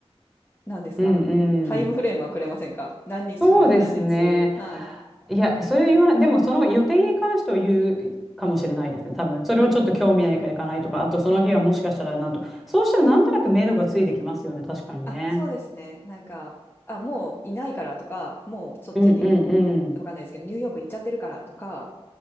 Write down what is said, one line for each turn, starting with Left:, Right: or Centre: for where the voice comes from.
Left: 何ですかタイムフレームはくれませんか何日から何日。
Centre: うんうん。そうですね。
Left: ねはい。
Centre: いや、それを言わない。でも、その予定に関しては言うかもしれないですね。多分、それをちょっと興味ないから行かないとか、あとその日はもしかしたらなんとか、
Left: うんうんうん。
Centre: そうしたらなんとなく目処がついてきますよね。確かにね。
Left: あ、そうですね。なんか、あ、もういないからとか、もうそっちに、
Centre: うんうんうん。
Left: わかんないですけど、ニューヨーク行っちゃってるからとか、